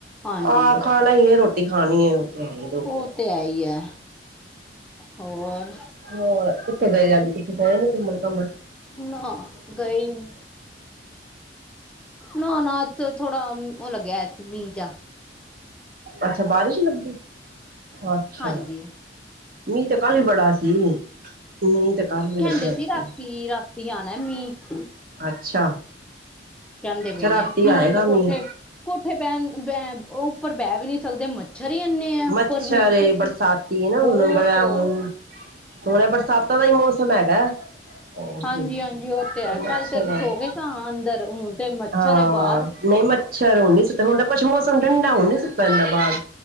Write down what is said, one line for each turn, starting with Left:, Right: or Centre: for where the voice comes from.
Centre: ਹਾਂਜੀ
Right: ਆਹ ਖਾਣਾ ਹੀ ਇਹ ਰੋਟੀ ਖਾਣੀ ਤੇ ਆ ਹੀ ਦੋ
Centre: ਉਹ
Right: <inaudible>
Centre: ਤੇ ਹੈ ਹੀ ਹੈ ਹੋਰ
Right: ਹੋਰ? ਕਿੱਥੇ ਗਏ ਅੱਜ ਕਿੱਥੇ ਗਏ ਨੀ ਘੁੰਮਣ-ਘਾਮਣ?
Centre: ਨਾ ਗਏ ਈ ਨੀ। ਨਾ-ਨਾ ਅੱਜ ਥੋੜਾ ਉਹ ਲੱਗਿਆ ਸੀ, ਮੀਂਹ ਜਹਾ
Right: ਅੱਛਾ ਬਾਰਿਸ਼ ਲੱਗੀ? ਅੱਛਾ,
Centre: ਹਾਂਜੀ
Right: ਮੀਂਹ ਤੇ ਕੱਲ ਹੀ ਬੜਾ ਸੀ। ਮੀਂਹ ਤੇ ਕੱਲ ਵੀ
Centre: ਕਹਿੰਦੇ
Right: ਲੱਗਿਆ ਹੀ।
Centre: <unintelligible> <inaudible> ਆਣਾ ਮੀਂਹ।
Right: ਅੱਛਾ।
Centre: ਕਹਿੰਦੇ ਪਏ
Right: ਅੱਛਾ
Centre: ਨੇ
Right: ਰਾਤੀ
Centre: ਹੁਣ
Right: ਆਏਗਾ
Centre: ਤੇ
Right: ਮੀਂਹ
Centre: ਕੋਠੇ ਕੋਠੇ ਬਹਿਣ ਬ ਉਹ ਉੱਪਰ ਬਹਿ ਵੀ ਨੀ ਸਕਦੇ, ਮ- -ਛਰ ਇੰਨੇ ਐ, ਉੱਪਰ
Right: ਮੱਛਰ
Centre: ਵੀ
Right: ਏ ਬਰਸਾਤੀ ਏ ਨਾ
Centre: ਬਹੁਤ
Right: ਹੁਣ ਬੜਾ ਹੁਣ ਹੁਣ ਬਰਸਾਤਾਂ ਦਾ ਈ ਮੌਸਮ ਹੈਗਾ। ਹੋਰ
Centre: ਹਾਂਜੀ-ਹਾਂਜੀ,
Right: ਕੀ
Centre: ਉਹ ਤੇ ਹੈ
Right: ਮੱਛਰ
Centre: ਕੱਲ ਤੇ ਅਸੀਂ
Right: ਹੈ
Centre: ਸੋ ਗਏ ਸਾਂ ਅੰਦਰ ਹੁਣ ਤੇ ਮੱਛਰ
Right: ਹਾਂ
Centre: ਏ ਬਾਹਰ।
Right: ਨਹੀਂ, ਮੱਛਰ ਹੁਣ ਨੀ ਹੁਣ ਤਾਂ ਕੁਛ ਮੌਸਮ ਠੰਡਾ ਹਣ ਨੀ ਸੁੱਤਾ ਜਾਂਦਾ ਬਾਰ।